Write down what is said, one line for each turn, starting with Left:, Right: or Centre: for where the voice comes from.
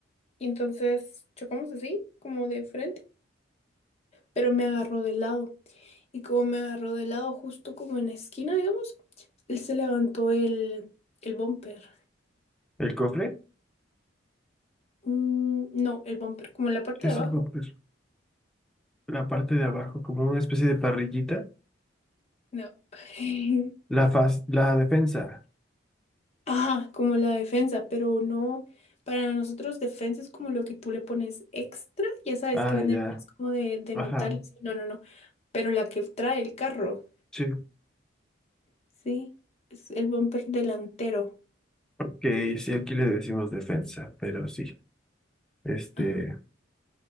Left: Y entonces chocamos así, como de frente, pero me agarró de lado. Y como me agarró de lado justo como en la esquina, digamos, él se levantó el, el bumper.
Centre: ¿El cofre?
Left: Mm, no, el bumper, como la parte
Centre: ¿Qué es
Left: de abajo.
Centre: el cofre? La parte de abajo, como una especie de parrillita.
Left: No. <laughs>
Centre: La faz, la defensa.
Left: Ajá, como la defensa, pero no. Para nosotros defensa es como lo que tú le pones extra, ya sabes
Centre: Ah,
Left: que venden
Centre: ya,
Left: unas como de, de
Centre: ajá,
Left: metal. y así, No, no, no. Pero la que trae el carro,
Centre: sí.
Left: sí, es el bumper delantero.
Centre: Ok, sí, aquí le decimos defensa, pero sí. Este,
Left: Ajá,